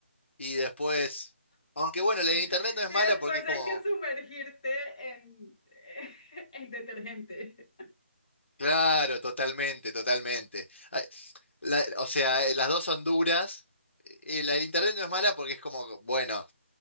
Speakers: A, on the left; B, on the left.
A: y después. Aunque bueno, la de
B: Y
A: internet no es mala
B: después
A: porque es como.
B: hay que sumergirte en, en detergente.
A: Claro, totalmente, totalmente. Ay, la- o sea, eh, las dos son duras. Eh, la del internet no es mala porque es como, bueno,